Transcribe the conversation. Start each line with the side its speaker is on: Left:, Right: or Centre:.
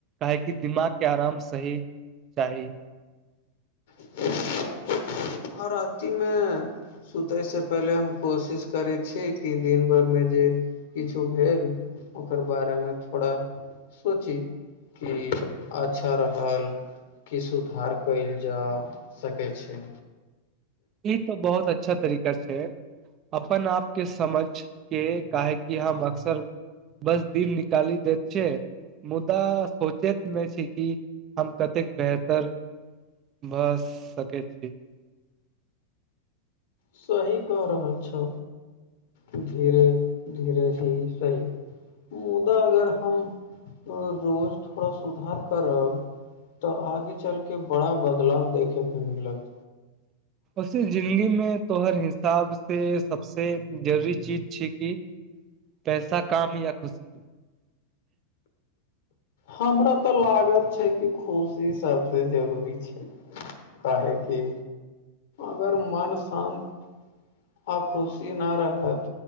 Right: काहेकि दिमाग केँ आराम सही चाही।
Left: <unintelligible> और अती में सुतयसँ पहिले हम कोशिश करै छियै कि दिन भरि मे जे किछु भेल ओकर बारेमे थोड़ा सोची की अच्छा रहल। की सुधार कयल जा सकै छै।
Right: ई तो बहुत अच्छा तरीका छै। अपन आप केँ समझ केँ काहे की हम अक्सर बस दीप निकाली देत छै। मुदा सोचैत नेय छै कि हम कतेक बेहतर भऽ सकै छी।
Left: सही कह रहल छौ धीरे धीरे ही सही मुदा अगर हम रोज थोड़ा सुधार करब तऽ आगे चलके बड़ा बदलाव देखेके मिलत
Right: जे जिंन्दगी में तो हर हिसाब से सबस जरूरी चीज छै कि पैसा काम या खुशी
Left: हमरा तऽ लागत छै कि खुशी सबसे जरूरी छै काहे कि अगर मन शान्त आ खुशी ना रहत